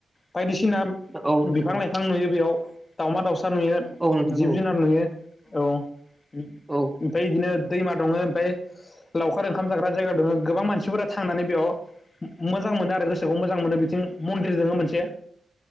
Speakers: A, on the left (about 35°); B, in the centre.
A: बायदिसिना
B: औ नोंथां
A: बिफां
B: औ
A: लाइफां नुयो बेयाव दाावमा दाउसा नुयो जिब
B: औ नोंथां औ
A: जुनार नुयो औ उम
B: औ
A: ओमफ्राय बिदिनो दैमा दङ ओमफाय लावखार ओंखाम जाग्रा जायगा दङ गोबां मानसिफोरा थांनानै बेयाव मोजां मोनो आरो गोसोखौ मोजां मोनो बिथिं मन्दिर दोङो मोनसे